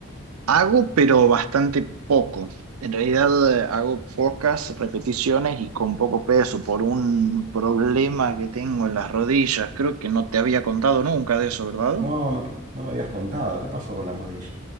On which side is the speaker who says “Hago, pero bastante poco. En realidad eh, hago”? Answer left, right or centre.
Right